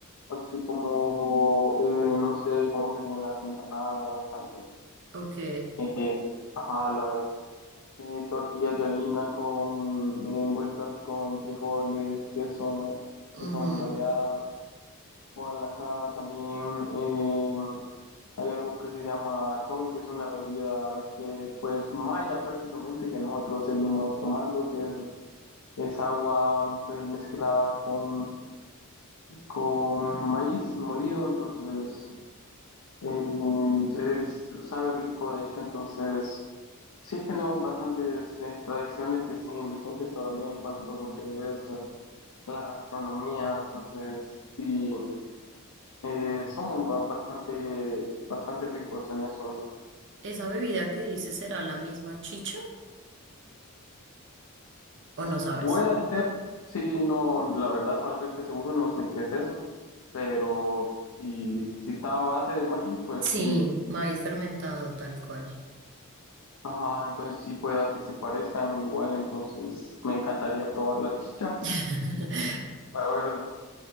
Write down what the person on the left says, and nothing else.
Así como, eh, no sé, cómo serían las empanadas también.
Eh, ajá, las eh, tortillas de harina con eh, envueltas con frijoles, queso, ¿no?
Que son baleadas. Igual acá también eh, hay algo que se llama atol, que es una bebida que pues maya prácticamente que nosotros seguimos tomando, que es, es agua pues mezclada con, con maíz molido, entonces eh, es- sabe rico de hecho, entonces sí tenemos bastantes eh, tradiciones que siguen vigentes todavía en cuanto a lo que es eh, la gastronomía, entonces sí. Eh, somos ba- bastante, bastante ricos en eso, ¿no?
Puede ser, sí, no, la verdad, para serte seguro, no sé qué es eso, pero si, si está a base de maíz, pues
sí,
ajá, entonces sí pueda que se parezcan igual, entonces me encantaría probar la chicha
y para ver